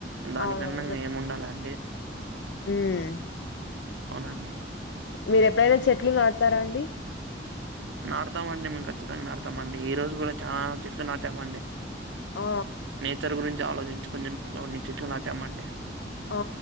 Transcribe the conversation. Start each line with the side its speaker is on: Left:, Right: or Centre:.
Right: దానికన్నా
Left: అవునవునండి
Right: ఇంక ఏం ఉండాలండి
Left: ఉమ్
Right: అవునండి
Left: మీరు ఎప్పుడైనా చెట్లు నాటుతారా అండి
Right: నాటుతామండి మేము ఖచ్చితంగా నాటుతామండి ఈ రోజు కూడా చాలా చెట్లు నాటామండి.
Left: ఆ
Right: నేచర్ గురించి ఆలోచించి కొంచెం కొన్ని చెట్లు నాటామండి
Left: ఆ